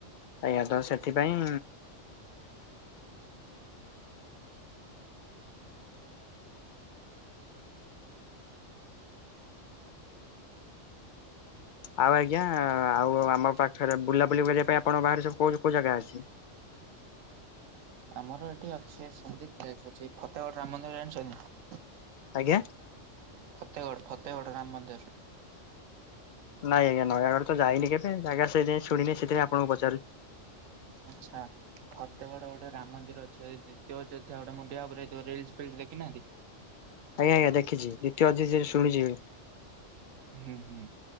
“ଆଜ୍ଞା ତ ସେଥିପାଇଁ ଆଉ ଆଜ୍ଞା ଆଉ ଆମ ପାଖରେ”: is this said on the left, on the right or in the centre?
Left